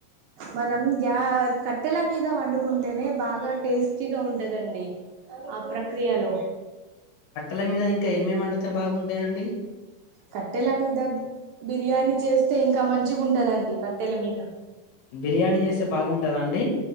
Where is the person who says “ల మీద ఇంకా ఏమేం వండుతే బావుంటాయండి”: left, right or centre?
Left